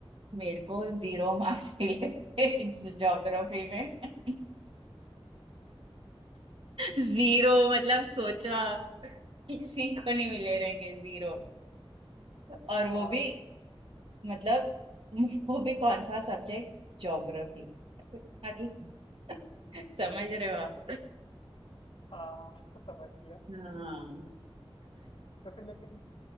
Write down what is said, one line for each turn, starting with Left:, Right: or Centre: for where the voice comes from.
Right: मेरे को जीरो मार्क्स <laughs> मिले थे ज्योग्राफी में <laughs> जीरो मतलब सोचो आप किसी को नहीं मिले रहेंगे जीरो और
Left: आ,
Right: वो भी मतलब <laughs> वो भी कौन सा सब्जेक्ट ज्योग्राफी मतलब <laughs> समझ रहे हो आप
Left: आ, समझ गया
Right: हाँ
Left: तो फिर लेकिन